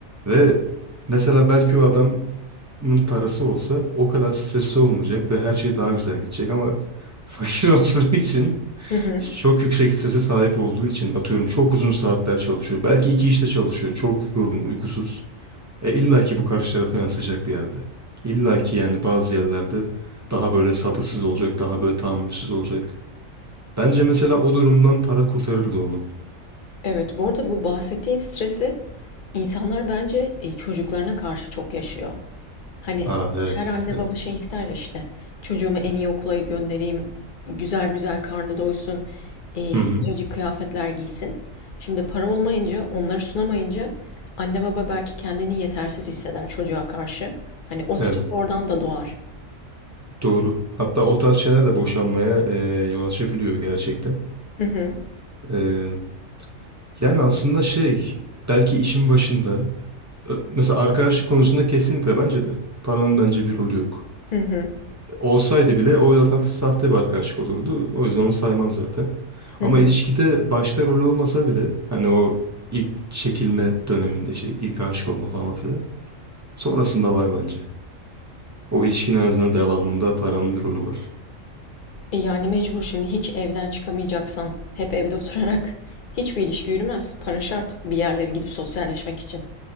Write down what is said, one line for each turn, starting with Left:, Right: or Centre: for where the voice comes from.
Right: Ve mesela belki o adamın parası olsa o kadar stresli olmayacak ve her şey daha güzel gidecek ama <laughs> fakir olduğu için
Left: Hı hı.
Right: çok yüksek strese sahip olduğu için atıyorum çok uzun saatler çalışıyor. Belki iki işte çalışıyor. Çok yorgun, uykusuz. E, illa ki bu karşı tarafa yansıyacak bir yerde. İlla ki yani bazı yerlerde daha böyle sabırsız olacak, daha böyle tahammülsüz olacak. Bence mesela o durumdan para kurtarırdı onu.
Left: Evet. Bu arada bu bahsettiğin stresi insanlar bence e, çocuklarına karşı çok yaşıyor. Hani
Right: Aa evet,
Left: her anne
Right: evet.
Left: baba şey ister ya işte çocuğumu en iyi okula göndereyim, güzel güzel karnı doysun, eee,
Right: Hı hı,
Left: sıcacık kıyafetler giysin. Şimdi para olmayınca, onları sunamayınca anne baba belki kendini yetersiz hisseder çocuğa karşı. Hani o stres
Right: evet,
Left: oradan da doğar.
Right: doğru. Hatta o tarz şeyler de boşanmaya e, yol açabiliyor gerçekten.
Left: Hı hı,
Right: E, yani aslında şey, belki işin başında, ö- mesela arkadaşlık konusunda kesinlikle bence de paranın bence bir rolü yok.
Left: hı hı,
Right: Olsaydı bile o zaten sahte bir arkadaşlık olurdu. O yüzden onu saymam zaten.
Left: hı
Right: Ama
Left: hı.
Right: ilişkide başta rol olmasa bile hani o ilk çekilme döneminde işte ilk aşık olma falan filan. Sonrasında var bence. O ilişkinin en azından devamında paranın bir rolü var.
Left: E yani mecbur şimdi hiç evden çıkamayacaksan, hep evde oturarak hiçbir ilişki yürümez. Para şart bir yerlere gidip sosyalleşmek için.